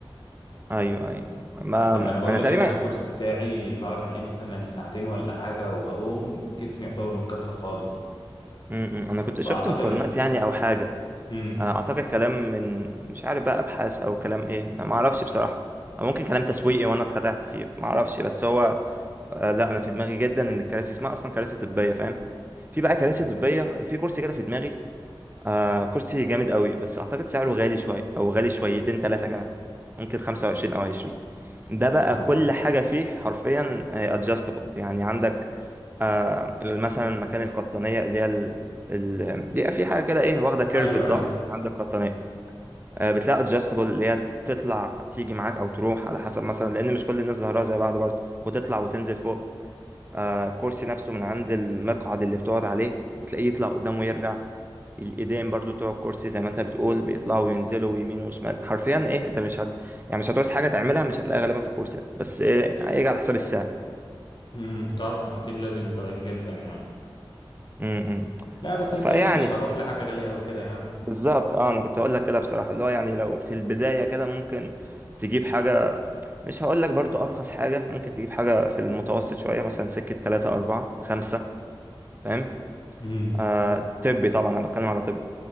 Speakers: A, on the right; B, on the left.
A: ايوه ايوه ما
B: انت انا بقول
A: انا
B: لك
A: تقريبا
B: مثلا الكرسي بتاعي بقعد عليه مثلا ساعتين ولا حاجة وبقوم جسمي يعتبر متكسر خالص
A: مم، مم. انا كنت
B: فاعتقد
A: شفت مقارنات يعني او حاجه
B: مم.
A: آه، اعتقد كلام من مش عارف بقى ابحاث او كلام ايه ما اعرفش بصراحه أو ممكن كلام تسويقي وانا اتخدعت فيه ما اعرفش بس هو آه، لا انا في دماغي جدا ان الكراسي اسمها اصلا كراسي طبيه فاهم في بقى كراسي طبيه في كرسي كده في دماغي آه كرسي جامد قوي بس اعتقد سعره غالي شويه او غالي شويتين ثلاثه كمان ممكن 25 او 20 ده بقى
B: يا نهار ابيض
A: كل حاجه فيه حرفيا ادجستبل يعني عندك آه مثلا مكان القطنيه اللي هي ال... ال... بيبقى في حاجه كده ايه واخده كيرف
B: ايوه
A: الظهر
B: ايوه
A: عندك قطنيه آه بتلاقي ادجستبل اللي هي تطلع تيجي معاك او تروح على حسب مثلا لان مش كل الناس ظهرها زي بعض برضه وتطلع وتنزل فوق آه كرسي نفسه من عند المقعد اللي بتقعد عليه بتلاقيه يطلع قدام ويرجع الايدين برضو بتوع الكرسي زي ما انت بتقول بيطلعوا وينزلوا يمين وشمال حرفيا ايه انت مش هت يعني مش هتعوز حاجه تعملها مش هتلاقيها غالبا في الكرسي ده بس إيه هيجي على حساب الساعه
B: امم طبعا اكيد لازم يبقى غالي جدا يعني
A: امم
B: لا بس بالتالي
A: فيعني
B: مش هروح لحاجه غاليه قوي كده يعني
A: بالظبط اه انا كنت اقول لك كده بصراحه اللي هو يعني لو في البدايه كده ممكن تجيب حاجه مش هقول لك برضو ارخص حاجه ممكن تجيب حاجه في المتوسط شويه مثلا سكه 3 4 5 فاهم
B: امم
A: آه طبي طبعا انا بتكلم على طبي